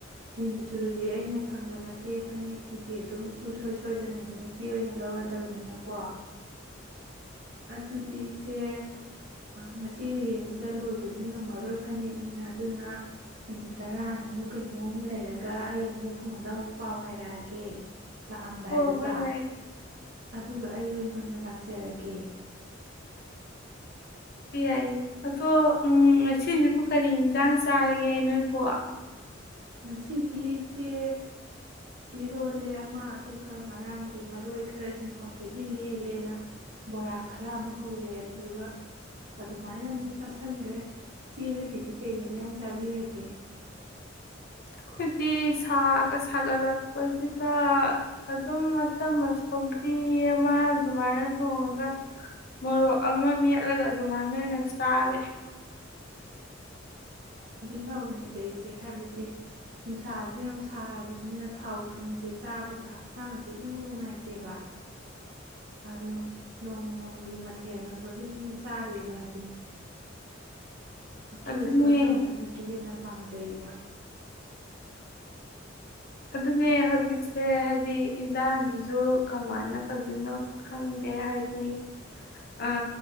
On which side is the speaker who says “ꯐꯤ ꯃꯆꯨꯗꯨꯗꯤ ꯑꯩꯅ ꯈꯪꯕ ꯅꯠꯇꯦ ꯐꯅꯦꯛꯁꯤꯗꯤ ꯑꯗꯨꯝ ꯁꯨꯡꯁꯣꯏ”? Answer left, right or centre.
Right